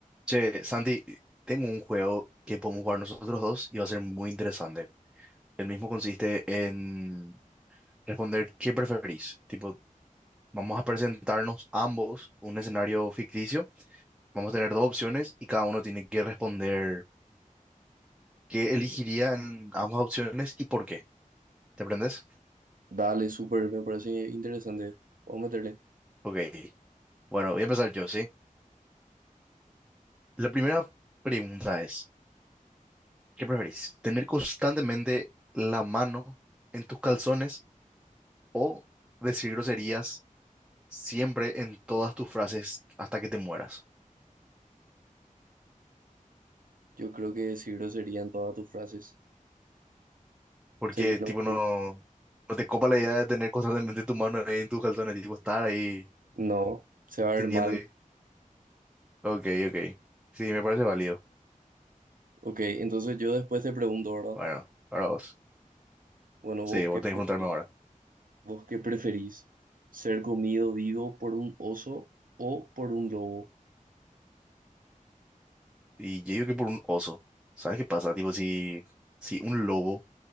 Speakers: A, in the centre; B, on the right.
A: Che, Santi, tengo un juego que podemos jugar nosotros dos y va a ser muy interesante. El mismo consiste en responder qué preferís. Tipo, vamos a presentarnos ambos un escenario ficticio. Vamos a tener dos opciones y cada uno tiene que responder qué elegiría en ambas opciones y por qué. ¿Te aprendes?
B: Dale, súper, me parece interesante. Vamos a meterle.
A: Ok. Bueno, voy a empezar yo, ¿sí? La primera pregunta es, ¿qué preferís? ¿Tener constantemente la mano en tus calzones o decir groserías? siempre en todas tus frases hasta que te mueras.
B: Yo creo que decir grosería en todas tus frases
A: Porque,
B: sería lo
A: tipo,
B: mejor.
A: no, no te copa la idea de tener constantemente tu mano ahí en tus calzones, tipo, estar ahí
B: No, se va a
A: teniendo.
B: ver mal.
A: ahí. Ok, ok. Sí, me parece válido.
B: Ok, entonces yo después te pregunto, ¿verdad?
A: Bueno, ahora vos.
B: Bueno,
A: Sí,
B: ¿vos
A: vos
B: qué
A: tenés
B: preferís?
A: que preguntarme ahora.
B: ¿Vos qué preferís? ¿Ser comido vivo por un oso o por un lobo?
A: Y yo digo que por un oso. ¿Sabes qué pasa? Tipo, si, si un lobo